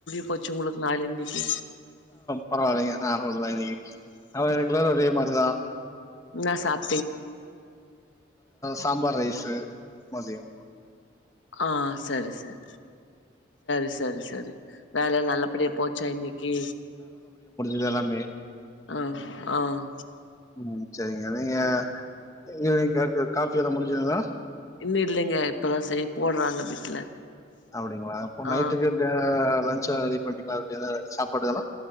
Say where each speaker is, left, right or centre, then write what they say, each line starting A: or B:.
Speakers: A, on the left; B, on the left.
A: போச்சு உங்களுக்கு நாள் இன்னக்கு
B: பரவாலங்க ஆஹ் அவ்ளோதா இன்னிக்கு அவன் ரெண்டு பேரு ஒரே மாரிதா
A: நா சாப்
B: சாம்பார் ரைஸூ மதியம்
A: ஆஹ் சரி சரி சரி சரி சரி வேல நல்லபடியா போச்சா இன்னக்கி
B: இதெல்லாமே
A: ஆஹ் ஆஹ்
B: ம் சரிங்க நீங்க இங்க கேக்கு காபியெல்லா முடுஞ்சுதுங்களா
A: இன்னு இல்லங்க. இப்பதா செய்ய போடுறாங்க வீட்ல.
B: அப்டிங்களா அப்போ
A: ஆ
B: நைட்டுக்கு ஆ சரி பண்ணி பாத்டிங்களா சாப்பாடுக்கெலா